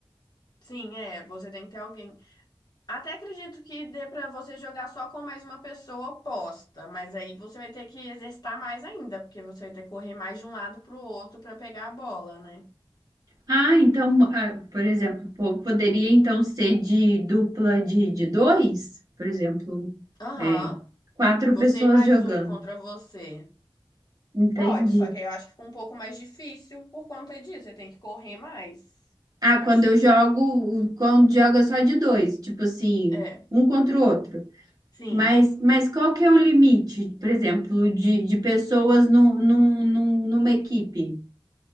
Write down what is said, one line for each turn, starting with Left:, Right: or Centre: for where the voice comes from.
Left: Sim, é, você tem que ter alguém. Até acredito que dê pra você jogar só com mais uma pessoa oposta, mas aí você vai ter que exercitar mais ainda, porque você vai ter que correr mais de um lado pro outro pra pegar a bola, né?
Right: Ah, então, ah, por exemplo, po- poderia então ser de dupla de, de dois, por exemplo,
Left: Aham.
Right: é, quatro
Left: Você
Right: pessoas
Left: e mais
Right: jogando.
Left: um contra você.
Right: Entendi.
Left: Pode, só que aí eu acho que fica um pouco mais difícil por conta disso. Você tem que correr mais.
Right: Ah,
Left: Eu acho.
Right: quando eu jogo, o- quando joga só de dois, tipo assim,
Left: É.
Right: um contra o outro.
Left: Sim,
Right: Mas, mas qual que é o limite, por exemplo, de, de pessoas num, num, num- numa equipe?